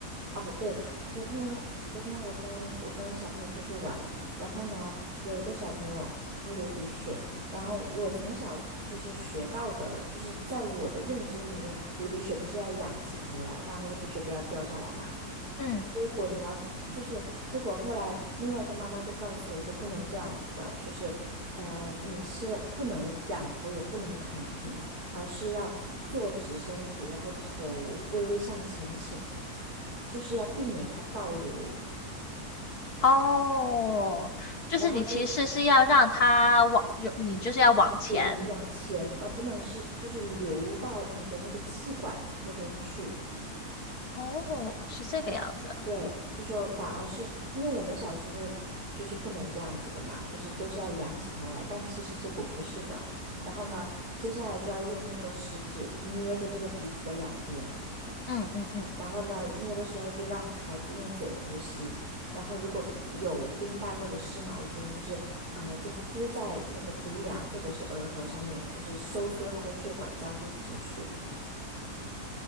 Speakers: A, on the right; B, on the left.
A: 哦，对，昨天昨天我跟我跟小朋友出去玩，然后呢，有一个小朋友他流鼻血，然后我从小就是学到的，就是在我的认知里面，流鼻血不是要仰起头来，让那个鼻血不要掉下来嘛？
B: 嗯。
A: 结果你要就是结果后来另外一个妈妈就告诉我说不能这样子的，就是呃你是不能仰头也不能躺平，而是要坐直身体，然后头微微向前倾。就是要避免它倒流，
B: 哦，就是你其实是要让他往，
A: 然后就
B: 有你就是要往前。
A: 流往前，而不能是就是流到你的那个气管那边去。
B: 哦，是这个样子。
A: 对，就说反而是因为我们小时候就是不能这样子的嘛，就是都是要仰起头来，但其实结果不是的。然后呢，接下来就要用那个食指捏着那个鼻子的两边，
B: 嗯嗯嗯，
A: 然后呢，捏的时候就让孩子用嘴呼吸，然后如果有冰袋或者湿毛巾，就是呃，就敷在那个鼻梁或者是额头上面，就是收缩他的血管，加速止血。